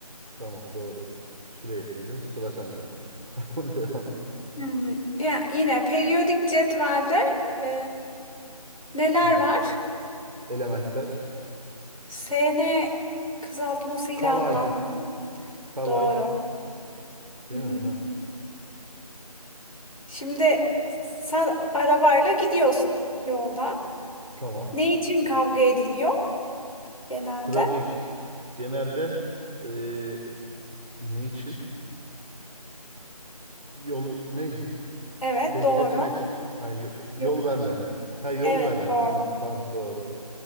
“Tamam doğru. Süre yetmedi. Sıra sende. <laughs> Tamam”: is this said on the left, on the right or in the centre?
Centre